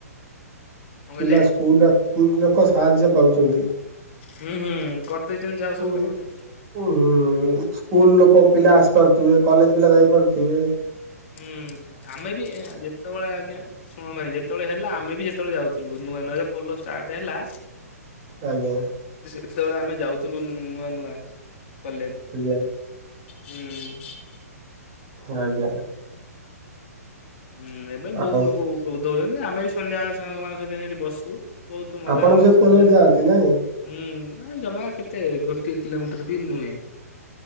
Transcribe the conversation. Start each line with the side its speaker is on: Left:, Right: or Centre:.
Left: କଣ କହିଲେ
Right: ପିଲା ସ୍କୁଲରେ ଖୁବ୍ ଲୋକ ସାହାଯ୍ୟ ପାଉଛନ୍ତି।
Left: ହୁଁ ହୁଁ କରିଦେଇଛନ୍ତି ଯାହା ହଉ
Right: ହୁଁ
Left: ସରକାର
Right: <unintelligible>
Left: ଗୋଟେ
Right: ସ୍କୁଲ୍ ଲୋକ ପିଲା ଆସିପାରିଥିବେ। କଲେଜ୍ ପିଲା ଯାଇ ପାରୁଥିବେ।
Left: ହୁଁ ଆମେ ବି ଏ ଯେତେବେଳେ ଆଜ୍ଞା ଶୁଣ ଭାଈ ଯେତେବେଳେ ହେଲା ଆମେବି ସେତେବେଳେ ଯାଉଥୁଲୁ। ନୂଆ ନୂଆ ଯେତଳେ ପୋଲ ଷ୍ଟାର୍ଟ ହେଲା
Right: ଆଜ୍ଞା।
Left: ସେତେବେଳେ ଆମେ ଯାଉ ଥିଲୁ ନୂଆ ନୂଆ କଲେଜ
Right: ଆଜ୍ଞା।
Left: ହୁଁ।
Right: ଆଜ୍ଞା।
Left: ହୁଁ ଏବେ ବହୁତ
Right: ଆଉ
Left: ଲୋକ ଉପକୃତ ହଉଛନ୍ତି। ଆମେ ବି ସନ୍ଧ୍ୟା ବେଳେ ସାଙ୍ଗ ମାନଙ୍କ ସହିତ ଯାଇଙ୍କି ହେଟି ବସୁ ବହୁତ ମଜା
Right: ଆପଣ
Left: ମସ୍ତି
Right: ସେ ପୋଲରେ
Left: ହୁଏ।
Right: ଯାଆନ୍ତି ନାଇଁ
Left: ହୁଁ। ହଁ ଜମା କେତେ ଗୋଟିଏ କିଲୋମିଟର ବି ନୁହେଁ।